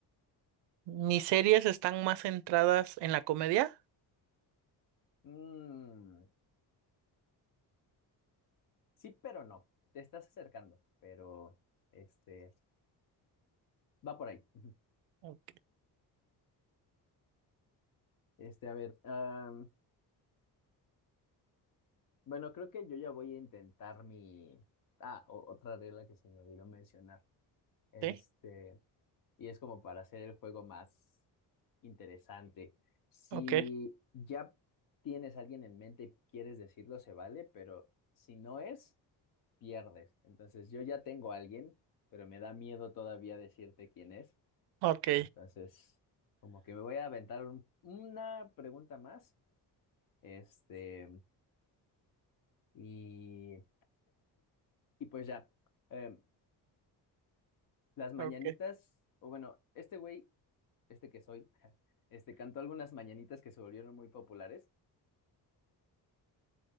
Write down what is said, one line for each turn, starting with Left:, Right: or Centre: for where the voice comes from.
Right: Mis series están más centradas en la comedia.
Left: Mm, sí, pero no. Te estás acercando, pero este va por ahí. <laughs>
Right: Ok,
Left: Este, a ver, am, bueno, creo que yo ya voy a intentar mi. Ah, o- otra regla que se me olvidó mencionar. Este,
Right: sí,
Left: y es como para hacer el juego más interesante. Si
Right: ok,
Left: ya tienes a alguien en mente y quieres decirlo, se vale, pero si no es, pierdes. Entonces, yo ya tengo a alguien, pero me da miedo todavía decirte quién es.
Right: ok,
Left: Entonces, como que me voy a aventar un- una pregunta más. Este, y, y pues ya, em, las mañanitas,
Right: ok.
Left: o bueno, este güey, este que soy, <laughs> este cantó algunas mañanitas que se volvieron muy populares.